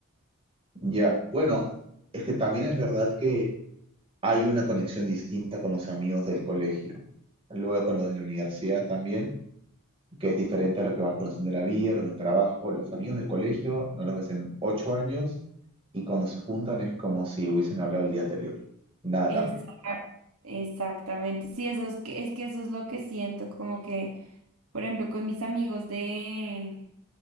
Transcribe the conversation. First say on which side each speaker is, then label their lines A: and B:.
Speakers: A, on the right (about 25°); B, on the right (about 80°).
A: Ya, bueno, es que también es verdad que Hay una conexión distinta con los amigos del colegio, luego con los de la universidad también, que es diferente a los que vas conociendo en la vida, los del trabajo. Los amigos del colegio no los ves en ocho años y cuando se juntan es como si hubiesen hablado el día anterior. Nada
B: Exacto.
A: cambia.
B: Exactamente, sí, eso es que, es que eso es lo que siento, como que Por ejemplo, con mis amigos de,